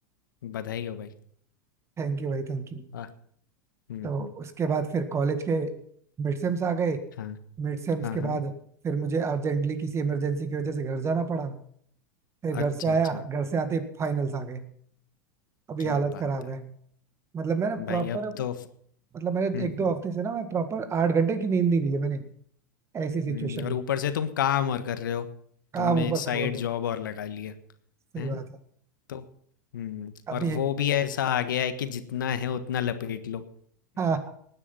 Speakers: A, on the left; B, on the right.
A: बधाई हो भाई
B: थैंक यू भाई थैंक यू
A: आ, हम्म
B: तो
A: हम्म
B: उसके बाद फिर कॉलेज के मिड सेम्स आ गए
A: हाँ
B: मिड सेम्स
A: हाँ
B: के
A: हाँ
B: बाद फिर मुझे अर्जेंटली किसी इमरजेंसी की वजह से घर जाना पड़ा फिर घर
A: अच्छा
B: से आया
A: अच्छा
B: घर से आते ही फाइनल्स आ गए अभी
A: क्या
B: हालत
A: बात
B: खराब
A: है
B: है मतलब मैं ना प्रॉपर
A: भाई अब तो
B: मतलब मैंने
A: हम्म
B: एक दो
A: हम्म
B: हफ्ते से ना मैं प्रॉपर आठ घंटे की नींद नहीं ली है मैंने ऐसी सिचुएशन
A: हम्म, और
B: हो गई
A: ऊपर से तुम काम और कर रहे हो
B: काम
A: तुमने
B: ऊपर
A: साइड
B: से बोल रहा
A: जॉब
B: हूँ
A: और लगा ली है
B: सही
A: हैं?
B: बात है
A: तो हम्म
B: काफी
A: और
B: है
A: वो भी ऐसा आ गया है कि जितना है उतना लपेट लो
B: हाँ